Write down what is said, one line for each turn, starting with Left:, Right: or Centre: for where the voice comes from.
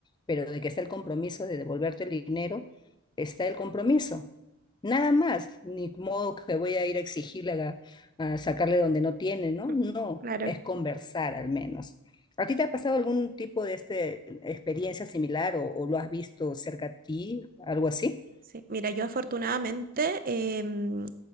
Left: pero de que está el compromiso de devolverte el dinero, está el compromiso. Nada más, ni modo que voy a ir a exigirle a, a sacarle donde no tiene, ¿no?
Right: <laughs>
Left: No,
Right: claro.
Left: es conversar al menos. ¿A ti te ha pasado algún tipo de este, experiencia similar o, o lo has visto cerca a ti, algo así?
Right: Sí, mira, yo afortunadamente em,